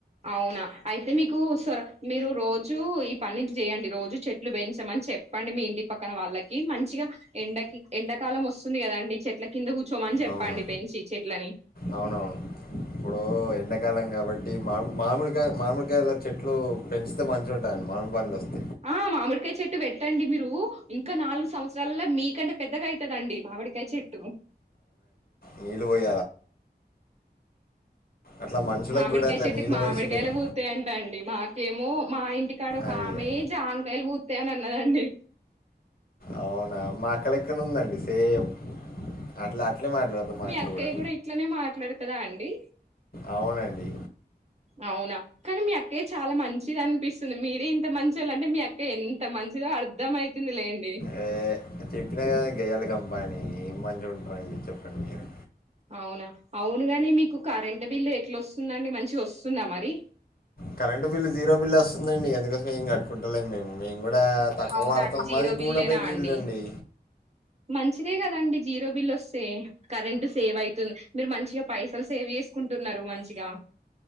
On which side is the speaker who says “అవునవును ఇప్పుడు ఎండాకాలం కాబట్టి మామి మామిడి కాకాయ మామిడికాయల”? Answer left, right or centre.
Left